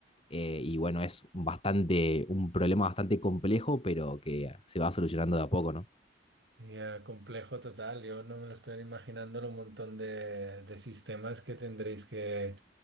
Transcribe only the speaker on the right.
Ya, complejo total. Yo no me lo estoy imaginando lo montón de, de sistemas que tendréis que,